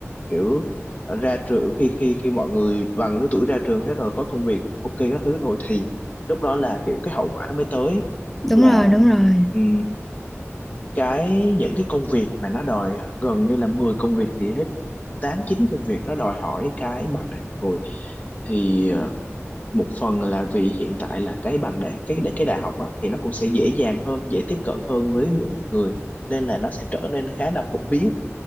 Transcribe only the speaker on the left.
kiểu ra trường khi khi khi mọi người bằng lứa tuổi ra trường hết rồi có công việc ok các thứ rồi thì lúc đó là kiểu cái hậu quả nó mới tới
là
ừm, cái những cái công việc mà nó đòi gần như là 10 công việc thì hết 8 9 công việc nó đòi hỏi cái bằng đại học rồi thì ờ, một phần là vì hiện tại là cái bằng đại cái cái đại học á, thì nó cũng sẽ dễ dàng hơn, dễ tiếp cận hơn với mọi người nên là nó sẽ trở nên khá là phổ biến